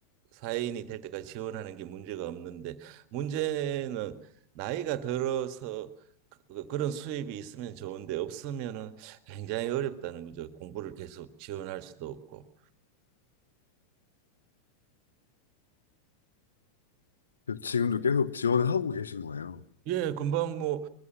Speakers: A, on the right; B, on the left.
A: 사회인이 될 때까지 지원하는 게 문제가 없는데 문제는 나이가 들어서 그- 그, 그런 수입이 있으면 좋은데 없으면은 굉장히 어렵다는 거죠. 공부를 계속 지원할 수도 없고.
B: 그래서 지금도 계속 지원을 하고 계신 거예요.
A: 예, 금방 뭐